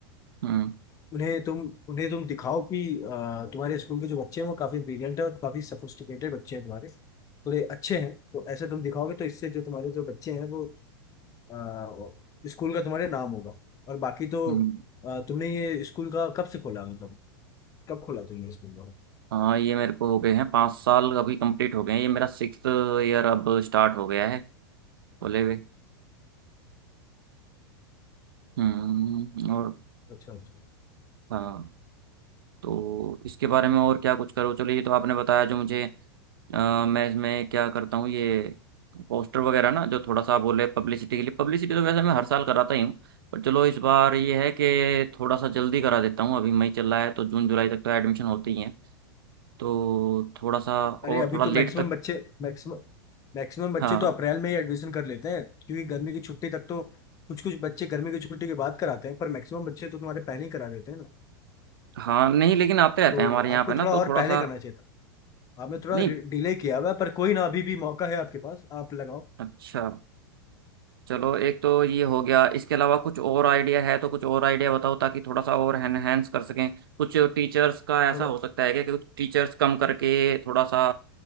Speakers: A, on the right; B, on the left.
A: हम्म
B: उन्हें तुम उन्हें तुम दिखाओ कि अ, तुम्हारे स्कूल के जो बच्चे हैं वो काफी ब्रिलियंट है और काफी सोफिस्टिकेटेड बच्चे हैं तुम्हारे थोड़े अच्छे हैं तो ऐसे तुम दिखाओगे तो इससे जो तुम्हारे जो बच्चे हैं वो अ, स्कूल का तुम्हारे नाम होगा और बाकी तो
A: हम्म
B: अ, तुमने ये स्कूल का कब से खोला मतलब कब खोला तुमने स्कूल का
A: हाँ ये मेरे को हो गए हैं पाँच साल अभी कंप्लीट हो गए हैं ये मेरा सिक्स ईयर अब स्टार्ट हो गया है बोले हुए हम्म और
B: अच्छा अच्छा
A: हाँ तो इसके बारे में और क्या कुछ करो चलो ये तो आपने बताया जो मुझे अ, मैं इसमें क्या करता हूँ ये पोस्टर वगैरह ना जो थोड़ा सा आप बोले पब्लिसिटी के लिए पब्लिसिटी तो वैसे मैं हर साल कराता ही हूँ पर चलो इस बार ये है कि थोड़ा सा जल्दी करा देता हूँ अभी मई चल रहा है तो जून जुलाई तक तो एडमिशन होती ही है तो थोड़ा सा और
B: अरे अभी
A: थोड़ा
B: तो
A: लेट
B: मैक्सिमम
A: तक
B: बच्चे मैक्सिमम मैक्सिमम बच्चे
A: हाँ
B: तो अप्रैल में ही एडमिशन कर लेते हैं क्योंकि गर्मी की छुट्टी तक तो कुछ कुछ बच्चे गर्मी की छुट्टी के बाद कराते हैं पर मैक्सिमम बच्चे तो तुम्हारे पहले ही करा देते हैं ना
A: हाँ नहीं लेकिन आते रहते
B: तो
A: हैं हमारे यहाँ
B: आपको
A: पे ना
B: थोड़ा
A: तो
B: और
A: थोड़ा
B: पहले
A: सा
B: करना चाहिए था आपने थोड़ा
A: नहीं
B: डिले किया हुआ है पर कोई ना अभी भी मौका है आपके पास आप लगाओ
A: अच्छा चलो एक तो ये हो गया इसके अलावा कुछ और आइडिया है तो कुछ और आइडिया बताओ ताकि थोड़ा सा और एनहेंस कर सकें कुछ टीचर्स का ऐसा
B: थोड़ा
A: हो सकता है क्या कि कुछ टीचर्स कम करके थोड़ा सा